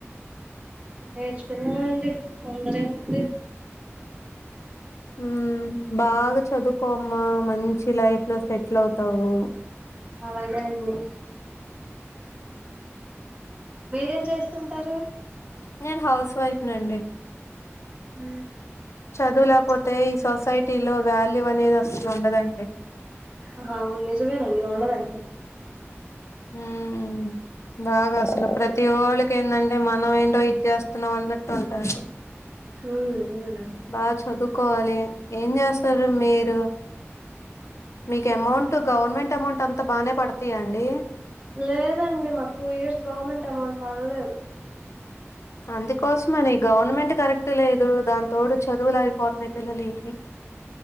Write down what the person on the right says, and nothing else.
నేర్చుకుందాంఅండి తొందర ఏముంది.
అలాగే నండీ. మీరేం చేస్తుంటారు.
ఉమ్.
ఆ అవును నిజమేనండి ఉండదు అండి.
ఉమ్ ఉహూ.
లేదండి మాకు టూ ఇయర్స్ గవర్నమెంట్ అమౌంట్ పడలేదు.